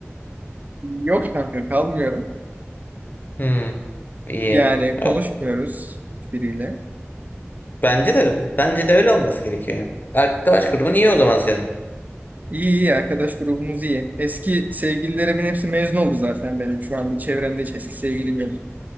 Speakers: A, on the right; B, on the left.
A: Yok kanka kalmıyorum.
B: Hmm. İyi.
A: Yani konuşmuyoruz
B: Ya
A: hiçbiriyle.
B: Bence de bence de öyle olması gerekiyor yani. Arkadaş grubun iyi o zaman senin.
A: İyi iyi arkadaş grubumuz iyi. Eski sevgililerimin hepsi mezun oldu zaten benim. Şu anda çevremde hiç eski sevgilim yok.